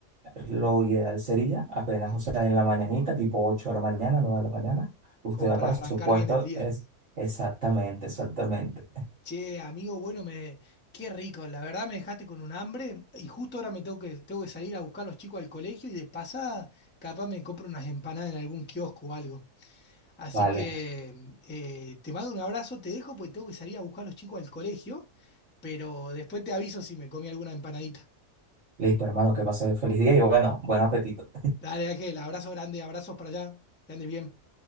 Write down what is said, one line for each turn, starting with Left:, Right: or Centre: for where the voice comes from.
Right: lo ideal sería apenas, o sea, en la mañanita, tipo 8, de la mañana, 9 de la mañana, usted
Left: Como
Right: va
Left: para
Right: para
Left: arrancar
Right: su puesto,
Left: bien el día.
Right: es exactamente, exactamente.
Left: Che, amigo, bueno, me... qué rico. La verdad me dejaste con un hambre y justo ahora me tengo que, tengo que salir a buscar a los chicos al colegio y de pasada capaz me compro unas empanadas en algún kiosco o algo. Así
Right: Vale.
Left: que eh, te mando un abrazo, te dejo porque tengo que salir a buscar a los chicos al colegio, pero después te aviso si me comí alguna empanadita.
Right: Listo, hermano, que pase feliz día y bueno, buen apetito.
Left: Dale, Ángel, abrazo grande, abrazos para allá, que andes bien.